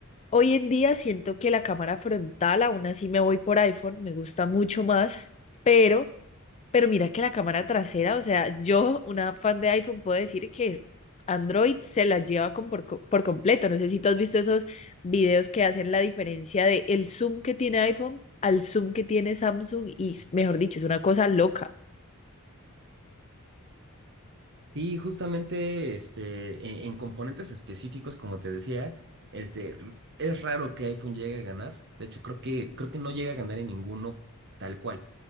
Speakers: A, on the left; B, on the right.
A: Hoy en día siento que la cámara frontal, aún así me voy por iPhone, me gusta mucho más, pero, pero mira que la cámara trasera, o sea, yo, una fan de iPhone, puedo decir que Android se la lleva con por, co- por completo. No sé si tú has visto esos videos que hacen la diferencia de el zoom que tiene iPhone al zoom que tiene Samsung y, mejor dicho, es una cosa loca.
B: Sí, justamente este, en, en componentes específicos, como te decía, este, r- es raro que iPhone llegue a ganar. De hecho, creo que, creo que no llega a ganar en ninguno tal cual.